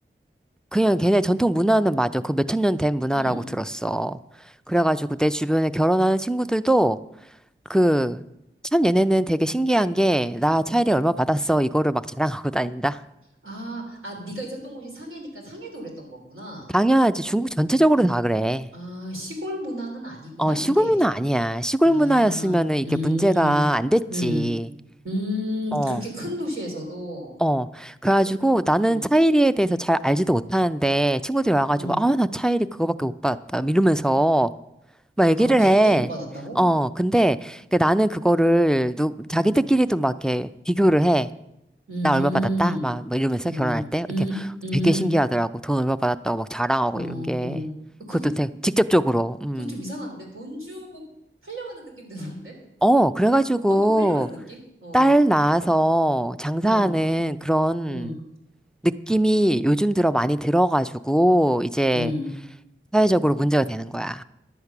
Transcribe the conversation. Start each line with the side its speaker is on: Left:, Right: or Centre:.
Centre: 그냥 걔네 전통 문화는 맞아. 그 몇천 년 된 문화라고
Right: 음.
Centre: 들었어. 그래가지고 내 주변에 결혼하는 친구들도 그, 참 얘네는 되게 신기한 게, 나 차일이 얼마 받았어. 이거를 막 자랑하고 다닌다.
Right: 아, 아, 네가 있었던 곳이 상해니까 상해도 그랬던 거구나.
Centre: 당연하지. 중국 전체적으로 다 그래.
Right: 아, 시골 문화는 아니구나,
Centre: 어, 시골
Right: 그게.
Centre: 문화 아니야. 시골
Right: 아,
Centre: 문화였으면은 이게
Right: 음,
Centre: 문제가 안 됐지.
Right: 음, 음,
Centre: 어.
Right: 그렇게 큰 도시에서도,
Centre: 어, 그래가지고
Right: 느-
Centre: 나는
Right: 음,
Centre: 차일이에 대해서 잘 알지도 못하는데 친구들이 와가지고,
Right: 음,
Centre: 아, 나 차일이 그거밖에 못 받았다. 이러면서 막 얘기를
Right: 그거밖에
Centre: 해.
Right: 못 받았다고?
Centre: 어, 근데 그 나는 그거를 누, 자기들끼리도
Right: 음,
Centre: 막 이렇게 비교를 해.
Right: 음,
Centre: 나 얼마 받았다? 막, 뭐 이러면서
Right: 음,
Centre: 결혼할 때. 이렇게
Right: 음, 음.
Centre: 되게 신기하더라고. 돈 얼마 받았다고 막 자랑하고
Right: 어,
Centre: 이런 게.
Right: 어. 그게,
Centre: 그것도 되게 직접적으로. 음.
Right: 그게 좀 이상한데? 돈 주고 팔려가는 느낌 드는데? <laughs>
Centre: 어, 그래가지고
Right: 돈 받고 팔려가는 느낌? 어,
Centre: 딸 낳아서 장사하는
Right: 어,
Centre: 그런
Right: 음,
Centre: 느낌이 요즘 들어 많이 들어가지고 이제
Right: 음.
Centre: 사회적으로 문제가 되는 거야.